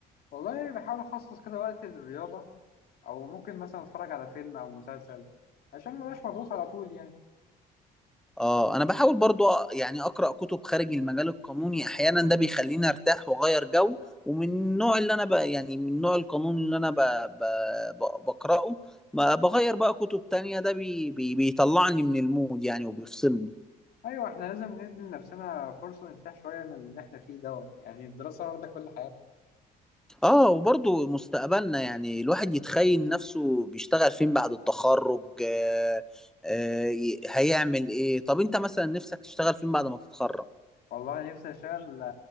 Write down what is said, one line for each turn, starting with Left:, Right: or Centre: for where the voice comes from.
Left: والله يعني بحاول اخصص كده وقت للرياضه او ممكن مثلا اتفرج على فيلم او مسلسل عشان ما بقاش مضغوط على طول يعني
Centre: اه انا بحاول برضو يعني اقرا كتب خارج المجال القانوني احيانا ده بيخليني ارتاح واغير جو ومن النوع اللي انا بقى يعني من النوع القانون اللي انا ب... ب... ب... بقراه ما بغير بقى كتب تانية ده بي... بي... بيطلعني من المود يعني وبيفصلني
Left: ايوه احنا لازم ندي لنفسنا فرصه نرتاح شويه من اللي احنا فيه دوت يعني الدراسه واخده كل حاجه
Centre: اه وبرضو مستقبلنا يعني الواحد يتخيل نفسه بيشتغل فين بعد التخرج آه... آه... هيعمل ايه طب انت مثلا نفسك تشتغل فين بعد ما تتخرج
Left: والله نفسي اشتغل